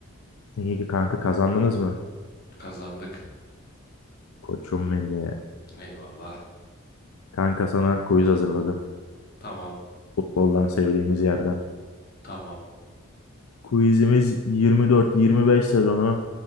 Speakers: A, on the left; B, on the left.
A: İyi ki kanka kazandınız mı?
B: Kazandık.
A: Koçum beni.
B: Eyvallah.
A: Kanka sana quiz hazırladım.
B: Tamam.
A: Futboldan sevdiğimiz yerden.
B: Tamam.
A: Quizimiz 24-25 sezonu